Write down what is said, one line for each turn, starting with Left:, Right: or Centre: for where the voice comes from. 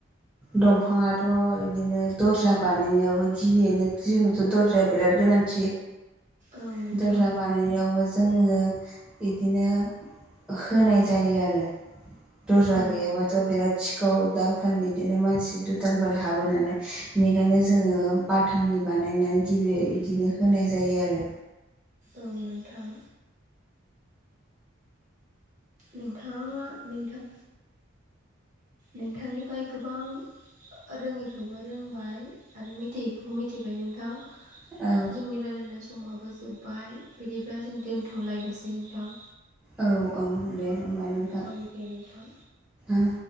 Centre: दंफाङा थ' बिदिनो दरजा बानायनायावबो गिबियैनो जोंनोथ' दरजाया बिराद गोनांथि।
Right: औ नोंथां
Centre: दरजा बानायनायावबो जोङो बिदिनो होनाय जायो आरो दरजा
Right: औ
Centre: गैयाबा सिखाव दा फोन बिदिनो मानसि दुथांफोर हाबो नालाय बेनिखायनो जोङो बाथाम नि बानायनानै गिबियै इदिनो होनाय जायो आरो
Right: औ नोंथां। नोंथाङा नोंथां नोंथांनिफ्राय गोबां रोङैखौबो रोंबाय आरो मिथियैखौबो मिथिबाय नोंथां।
Centre: औ
Right: जोंनि रायलायनाय समा बो जोब्बाय बिदिब्ला जों दोनथ'लायनोसै नोंथां
Centre: औ औ दे होमबा नोंथां
Right: औ दे नोंथां
Centre: ओ।